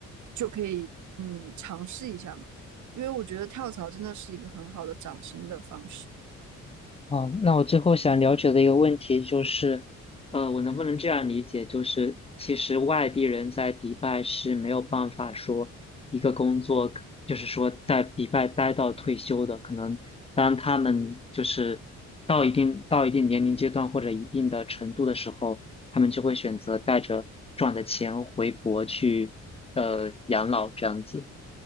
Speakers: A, on the right; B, on the left.
A: 就可以嗯尝试一下嘛。因为我觉得跳槽真的是一个很好的涨薪的方式。
B: 哦，那我最后想了解的一个问题就是，呃，我能不能这样理解，就是其实外地人在迪拜是没有办法说一个工作，就是说在迪拜待到退休的，可能当他们就是到一定到一定年龄阶段或者一定的程度的时候，他们就会选择带着赚的钱回国去呃养老这样子。